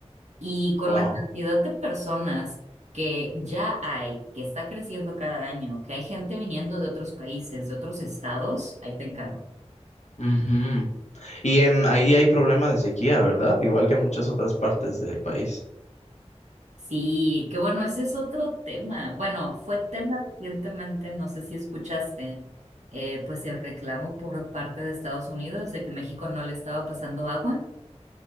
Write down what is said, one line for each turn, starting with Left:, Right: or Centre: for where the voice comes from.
Right: Y con
Left: Wow.
Right: la cantidad de personas que ya hay, que está creciendo cada año, que hay gente viniendo de otros países, de otros estados, ahí te encargo.
Left: ujú. Y em, ahí hay problema de sequía, ¿verdad? Igual que en muchas otras partes del país.
Right: Sí, que bueno, ese es otro tema. Bueno, fue tema recientemente, no sé si escuchaste, eh, pues el reclamo por parte de Estados Unidos de que México no le estaba pasando agua.